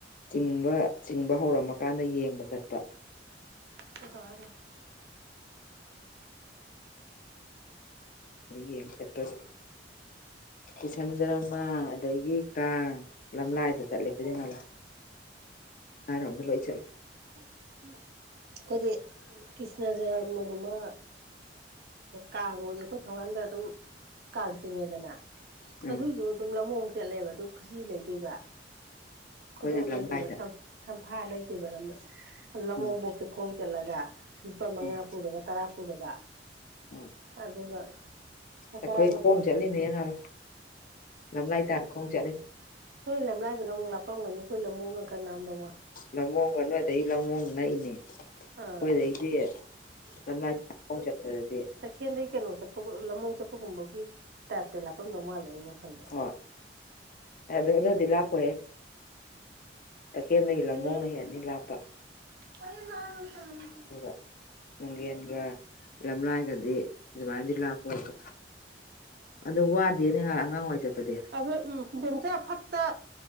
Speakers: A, on the left; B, on the right.
A: ꯆꯤꯡꯕ ꯆꯤꯡꯕ ꯍꯧꯔꯝꯃ ꯀꯥꯟꯗ ꯌꯦꯡꯕ ꯆꯠꯄ꯫
B: ꯀꯩꯗꯧ ꯍꯥꯏꯅꯣ꯫
A: ꯌꯦꯡ ꯆꯄ ꯀꯤꯁꯅꯔꯖꯔꯃꯥ ꯑꯗꯒꯤ ꯀꯥꯡ꯫ ꯂꯝꯂꯥꯏꯗ
B: ꯍꯥꯀꯣ
A: ꯆꯠꯂꯦ
B: ꯍꯥꯏꯁꯦ
A: ꯑꯩꯈꯣꯏꯗꯤ
B: ꯀꯣꯛ
A: ꯉꯥꯜꯂ ꯉꯥꯔꯣꯝꯗ ꯂꯣꯏ ꯆꯠꯂꯦ
B: <inaudible> ꯑꯩꯈꯣꯏꯗꯤ ꯀ꯭ꯔꯤꯁꯅꯔ ꯖꯔꯃꯒꯨꯝꯕ ꯀꯥꯡꯒꯨꯗꯨ ꯑꯩꯈꯣꯏ ꯊꯣꯡꯒꯥꯟꯗ ꯑꯗꯨꯝ ꯀꯥꯡ ꯆꯤꯡꯉꯦꯗꯅ
A: ꯎꯝ
B: ꯑꯗꯨꯏꯁꯨ ꯑꯗꯨꯝ <unintelligible> ꯆꯠꯂꯦꯕ ꯑꯗꯨ ꯈꯨꯖꯤ ꯂꯩꯗꯣꯏꯕ꯫
A: ꯑꯩꯈꯣꯏꯅ
B: ꯈꯨꯗꯣꯞ ꯂꯩꯗꯣꯏꯕ
A: ꯂꯝꯂꯥꯏꯗ
B: ꯁꯝꯐꯥ ꯂꯩꯗꯣꯏꯕ ꯂꯝꯅ ꯂꯃꯣꯡꯕꯣꯛꯁꯦ
A: ꯎꯝ
B: ꯈꯣꯡ ꯆꯠꯂꯒ ꯂꯨꯄꯥ ꯃꯉꯥ
A: ꯎꯝ
B: ꯄꯨꯔꯒ ꯇꯔꯥ ꯄꯨꯔꯒ꯫
A: ꯍꯣꯏ
B: ꯑꯗꯨꯒ꯫
A: ꯑꯩꯈꯣꯏ
B: ꯇꯔꯥꯒ
A: ꯈꯣꯡ
B: ꯄꯨꯔ
A: ꯆꯠꯂꯤ ꯃꯤꯌꯦ ꯂꯥꯡꯅꯨ ꯂꯝꯂꯥꯏ ꯇꯥꯟꯅ ꯈꯣꯡ ꯆꯠꯂꯤ꯫
B: ꯍꯣꯏ ꯂꯝ ꯂꯥꯏꯗꯨꯅ ꯑꯃꯨꯛ ꯂꯞꯄꯝꯒꯅꯤ ꯑꯩꯈꯣꯏ ꯂꯝꯂꯣꯡꯅ ꯈꯔ ꯅꯥꯛꯑꯃꯗꯧ ꯃꯥꯜ꯫
A: ꯂꯝꯃꯣꯡ ꯅꯣꯏꯗ ꯑꯗꯩ ꯂꯝꯃꯣꯡꯅ ꯅꯛꯏꯅꯦ꯫ ꯑꯩꯈꯣꯏꯗꯩꯗꯤ
B: ꯑꯥ
A: ꯂꯝꯂꯥꯏ ꯈꯣꯡ ꯆꯠꯄꯗꯗꯤ
B: ꯇꯈꯦꯜꯗꯩ ꯀꯩꯅꯣ ꯆꯠꯄ ꯂꯝꯃꯣꯡ ꯆꯠꯄꯒꯨꯝꯕꯒꯤ ꯇꯥꯏꯞꯇ ꯂꯥꯞꯄꯐꯝꯗꯧ ꯃꯥꯜꯂꯦ ꯑꯩ ꯋꯈꯥꯜꯗ꯫
A: ꯍꯣꯏ ꯑꯦ ꯑꯗꯨꯛꯅꯗꯤ ꯂꯥꯞꯄꯣꯏꯍꯦ꯫ ꯇꯈꯦꯜꯗꯒꯤ ꯂꯝꯍꯣꯡꯅ
B: ꯎꯝ
A: ꯍꯦꯅꯤ ꯂꯥꯞꯄ꯫
B: <unintelligible>
A: ꯏꯒ ꯅꯪ ꯌꯦꯟꯒ ꯂꯝꯂꯥꯏꯒꯗꯤ ꯑꯗꯨꯃꯥꯏꯗꯤ ꯂꯥꯞꯄꯣꯏꯕ꯫ ꯑꯗꯨ ꯋꯥꯗꯦ ꯅ ꯑꯉꯥꯡꯋꯥꯏ ꯆꯠꯄꯗꯤ꯫
B: ꯑꯗꯨ ꯎꯝ ꯕꯦꯝꯆꯥꯔ ꯐꯛꯇ